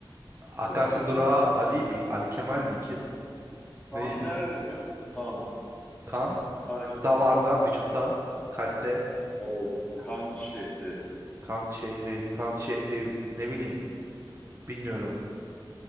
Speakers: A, on the right; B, on the left.
A: Akasya
B: Tamam.
A: durağı Ali mi? Ali Kemal mi? Kim?
B: Kan
A: Neydi?
B: nerede biliyor musun? Kan.
A: Kan
B: Kan şehri.
A: damarda, vücutta, kalpte.
B: Evet. Kan şehri.
A: Kan şehri, kan şehri ne bileyim bilmiyorum.